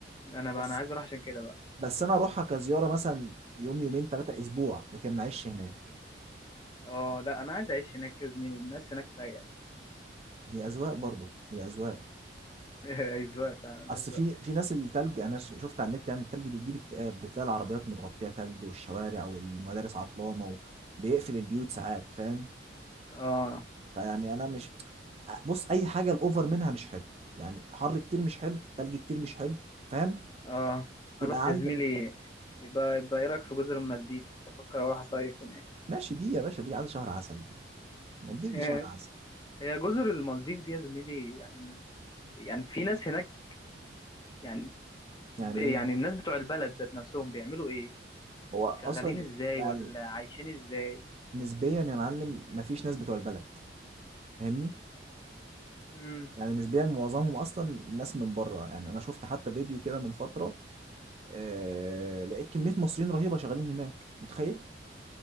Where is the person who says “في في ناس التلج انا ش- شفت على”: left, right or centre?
Right